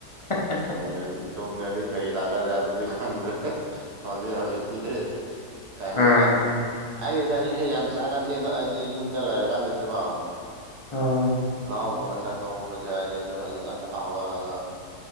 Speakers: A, on the left; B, on the right.
A: ꯍꯦ <unintelligible>
B: ꯇꯨꯡꯗꯗꯤ ꯇꯨꯡꯗꯗꯤ ꯀꯔꯤ ꯂꯥꯛꯀꯗ꯭ꯔꯥ ꯑꯗꯨꯗꯤ ꯈꯪꯗ꯭ꯔꯦ ꯍꯧꯖꯤꯣꯏ ꯍꯧꯖꯤꯛ ꯀꯤꯗꯤ <unintelligible>
A: ꯎꯝ
B: ꯑꯩꯗꯤ ꯆꯖꯤꯛꯁꯨ ꯌꯥꯝ ꯆꯥꯛꯒꯠꯂꯤ ꯑꯗꯣ ꯑꯩꯗꯤ ꯌꯨꯝꯗ ꯂꯩꯔꯀꯥꯟꯗꯁꯨꯀꯣ
A: ꯍꯣꯏ
B: ꯂꯥꯎꯒꯨꯝꯕ ꯆꯠꯄ ꯈꯣꯠꯄꯁꯨ ꯑꯩꯗꯝ ꯑꯗꯨꯝ ꯑꯌꯨꯛ ꯉꯟꯇꯥ ꯍꯧꯒꯠꯂꯒ